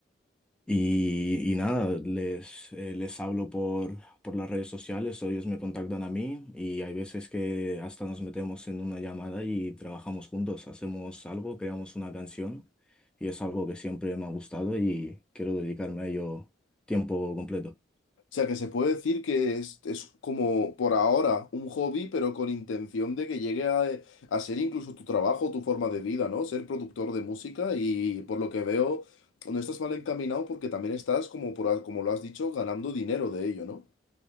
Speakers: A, in the centre; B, on the left.
A: Y, y nada, les, eh, les hablo por, por las redes sociales o ellos me contactan a mí y hay veces que hasta nos metemos en una llamada y trabajamos juntos, hacemos algo, creamos una canción y es algo que siempre me ha gustado y quiero dedicarme a ello tiempo completo.
B: O sea, que se puede decir que es, es como por ahora un hobby, pero con intención de que llegue a, a ser incluso tu trabajo, tu forma de vida, ¿no? Ser productor de música y por lo que veo, no estás mal encaminado porque también estás, como, por, a- como lo has dicho, ganando dinero de ello, ¿no?